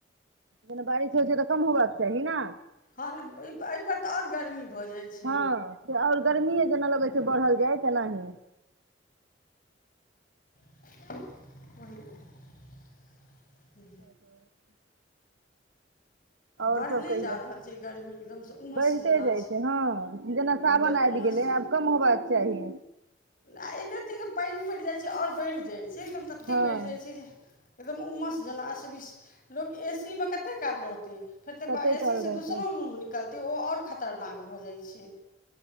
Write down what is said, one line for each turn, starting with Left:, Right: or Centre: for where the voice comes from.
Right: जेना बारिश होइ छै तऽ, कम होबाक चाही ने।
Left: हँ, नय एहिपर तऽ ओर गर्मी। भऽ जाइ छै
Right: हँ, और गर्मीए जेना लगै छै बढ़ल जाय, तेनाही।
Left: कहियौ <inaudible>
Right: <inaudible> आओर
Left: बढ़ले
Right: सभ कहियौ?
Left: जा रहल छै गर्मी एकदमसँ उमस
Right: बढ़िते
Left: जेना
Right: जाइत छै, हँ, जेना सावन
Left: एकदम
Right: आबि
Left: उमस
Right: गेलै
Left: जेना
Right: आब। कम होयबाक चाही।
Left: आ एक रतीके पानि पड़ि जाइ छै, आओर बढ़ि जाइ छै, एकदम ततेक
Right: हँ
Left: बढ़ि जाइ छै जे। एकदम उमस जेना असबीस, लोक ए सी मे कतेक काल रहतै। फेर तऽ
Right: कते
Left: ए
Right: काल
Left: सी सँ
Right: रहतै
Left: दोसरो रूम निकलतै, ओ आओर खतरनाक भऽ जाइ छै।